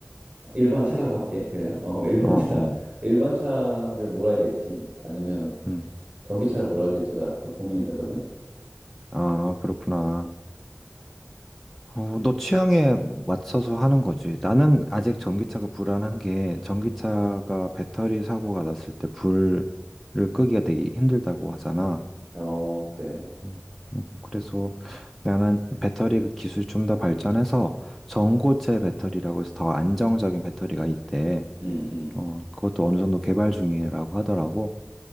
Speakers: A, on the right; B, in the centre.
A: 일반 차라고 할게. 그냥 어, <laughs> 일반
B: 어,
A: 차,
B: 어.
A: 일반 차를 몰아야 될지 아니면
B: 음.
A: 전기차를 몰아야 될지가 또 고민이 되거든.
B: 아, 그렇구나. 어, 너 취향에 맞춰서 하는 거지. 나는 아직 전기차가 불안한 게 전기차가 배터리 사고가 났을 때 불을 끄기가 되게 힘들다고 하잖아.
A: 어, 그래.
B: 음. 음, 그래서 나는 배터리 그 기술이 좀 더 발전해서 전고체 배터리라고 해서 더 안정적인 배터리가 있대.
A: 음, 음,
B: 어, 그것도 어느 정도 개발 중이라고 하더라고.